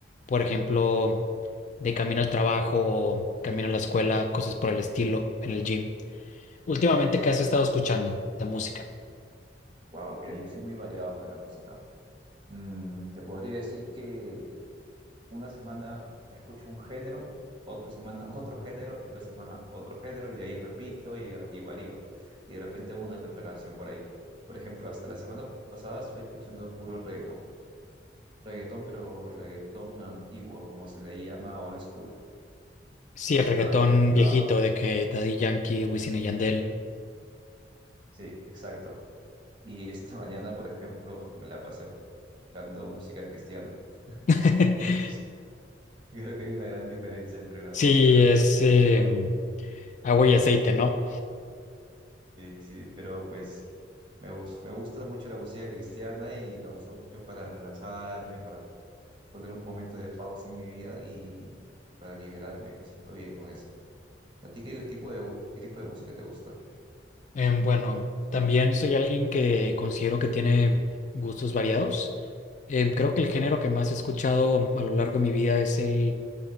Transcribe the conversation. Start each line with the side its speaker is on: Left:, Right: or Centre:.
Left: por ejemplo, de camino al trabajo, camino a la escuela, cosas por el estilo, en el gym. Últimamente, ¿qué has estado escuchando de música?
Right: Wow, mira, yo soy muy variado para la música. Mm, te podría decir que una semana escucho un género, otra semana <laughs> otro género y otra semana otro género y ahí repito y, y varío. Y de repente una que otra canción por ahí. Por ejemplo, hasta la semana pasada estuve escuchando puro reggaetón. Reggaetón, pero reggaetón antiguo, como se le llama old school.
Left: Sí,
Right: Estaba
Left: el reggaetón
Right: bien activado.
Left: viejito de que Daddy Yankee, Wisin y Yandel.
Right: Sí, exacto. Y esta <laughs> mañana, por ejemplo, me la pasé escuchando música cristiana.
Left: <laughs>
Right: <laughs> Yo creo que hay una gran diferencia entre los
Left: Sí,
Right: dos, pero
Left: es eh, agua y aceite, ¿no?
Right: sí, sí, pero pues me, gus- me gusta mucho la música cristiana y la uso mucho para relajarme, para poner un momento de pausa en mi vida y, y para liberarme. Me siento bien con eso. ¿A ti qué tipo de, qué tipo de música te gusta?
Left: Em, bueno, también soy alguien que considero que tiene gustos variados. Em, creo que el género que más he escuchado a lo largo de mi vida es el